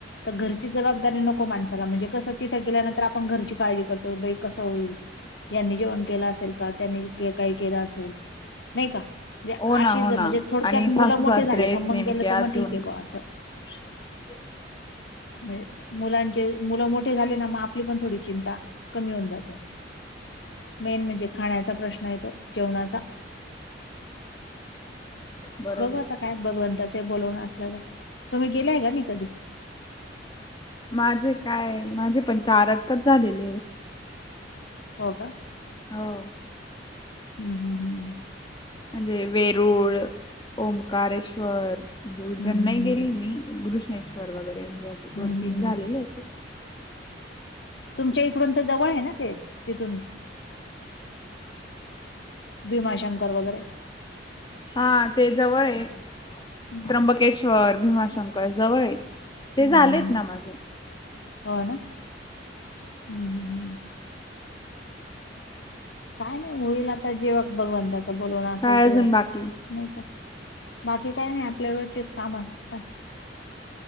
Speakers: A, on the left; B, on the left.
A: तर घरची जबाबदारी नको माणसाला. म्हणजे कसं? तिथं गेल्यानंतर आपण घरची काळजी करतो. बाई कसं होईल? ह्यांनी जेवण केलं असेल का? त्यांनी काही केलं असेल नाही का? म्हणजे
B: हो ना
A: अशे
B: हो
A: ज
B: ना
A: म्हणजे थोडक्यात
B: आणि
A: मुलं
B: सासू
A: मोठे
B: सासरे
A: झाले
B: आहेत
A: का मग
B: नेमके
A: गेलं तर मग
B: अजून
A: ठीक आहे. ब्वा असं.
B: <inaudible>
A: म्हणजे मुलांचे, मुलं मोठे झाले ना? मग आपली पण थोडी चिंता- कमी होऊन जाते. मेन म्हणजे खाण्याचा प्रश्न येतो जेवणाचा.
B: बरोबर.
A: बघू आता काय भगवंताच बोलावणं असलं तर. तुम्ही गेलाय का नाही कधी?
B: माझे काय? माझे पण चारच <unintelligible> झालेलेय.
A: हो का?
B: हो.
A: हम्. हम. हम्.
B: म्हणजे वेरुळ, ओंकारेश्वर. भु
A: हं,
B: जन
A: हं,
B: नाही
A: हं.
B: गेलीए मी. -नेश्वर वगैरे म्हणजे असे दोन
A: हं, हं,
B: तीन झालेलेए.
A: हं. तुमच्या इकडून तर जवळ आहे ना ते? तिथून. भीमाशंकर वगैरे?
B: हा. ते जवळ आहे.
A: हं.
B: त्र्यंबकेश्वर, भीमाशंकर. जवळ ए. ते
A: हं, हं.
B: झालेत
A: हं.
B: ना माझे.
A: हो ना? हं. हं. काय नाही. होईल आता जेव्हा भगवंताचं बोलवणं असेल
B: काय
A: तेव्हाच.
B: अजून बाकी
A: नाही का? बाकी काही नाही आपले रोजचेच कामं. काय